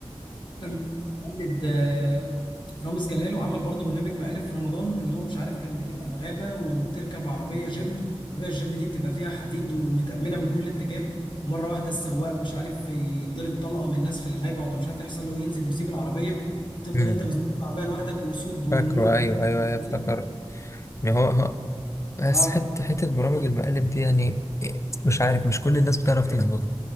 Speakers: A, on the left (about 50°); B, on the left (about 30°).
A: لما قلد آه، رامز جلال وعمل برضه برنامج مقالب في رمضان اللي هو مش عارف كان بتبقى في غابه وبتركب عربيه جيب العربيه الجيب دي بتبقى فيها حديد ومتأمنه من كل اتجاه ومره واحده السواق مش عارف يضرب طلقه من ناس في الغابه ولا مش عارف يحصل له إيه، ينزل ويسيب العربيه تفضل
B: امم
A: انت مزنوق في العربيه لوحدك واسود والنمور
B: فاكره ايوه ايوه
A: بتحميك
B: ايوه افتكرت ما هو هو- بس
A: و... اه
B: حته حته برامج المقالب دي يعني إيه، مش عارف مش كل الناس بتعرف تظبطها